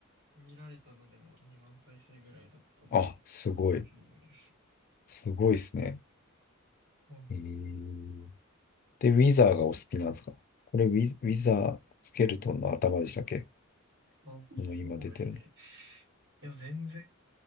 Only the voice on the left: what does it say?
あ、すごい。
すごいっすね。
えー、で、ウィザーがお好きなんですかこれウィ、ウィザースケルトンの頭でしたっけ
この今出てるの。